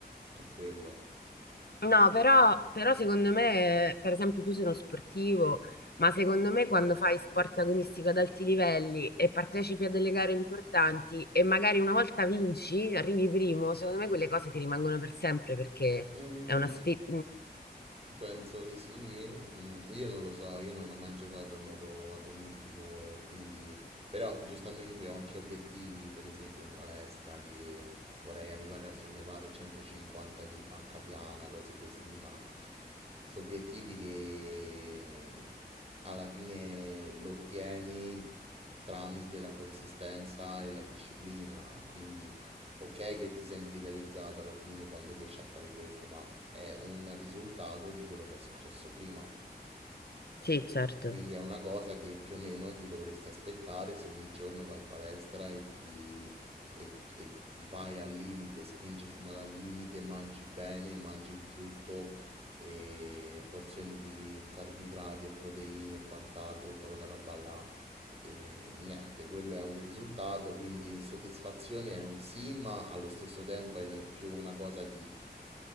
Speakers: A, on the right (about 35°); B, on the left (about 70°).
A: è quello.
B: No, però, però secondo me, per esempio, tu sei uno sportivo, ma secondo me quando fai sport agonistico ad alti livelli e partecipi a delle gare importanti e magari una volta vinci, arrivi primo, secondo me quelle cose ti rimangono per sempre perché
A: Mm,
B: è una sfida.
A: Penso di sì, Mm, io non lo so, io non ho mai giocato in modo agonistico, quindi però giustamente ho anche obiettivi, per esempio in palestra, che vorrei arrivare a sollevare 150 di panca piana, cose così, ma sono obiettivi che alla fine lo ottieni tramite la consistenza e la disciplina, quindi ok che ti senti realizzato alla fine quando riesci a fare questo, ma è un risultato di quello che è successo prima.
B: sì, certo.
A: Quindi è una cosa che più o meno ti dovresti aspettare se ogni giorno vai in palestra e ti e, e vai al limite, spingi fino al limite, mangi bene, mangi il giusto, e porzioni di carboidrati e proteine e quant'altro, tutta quella roba là. E niente, quello è un risultato, quindi soddisfazione è un sì, ma allo stesso tempo è più una cosa di